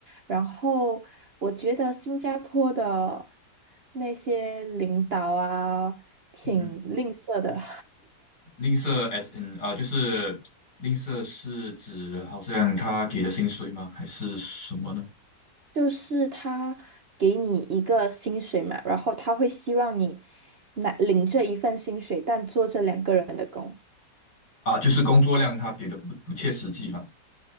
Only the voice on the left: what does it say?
嗯哼，
吝啬 S N 啊、就是吝啬是指好像他给的薪水吗？还是什么呢？
啊，就是工作量他给的不不切实际了。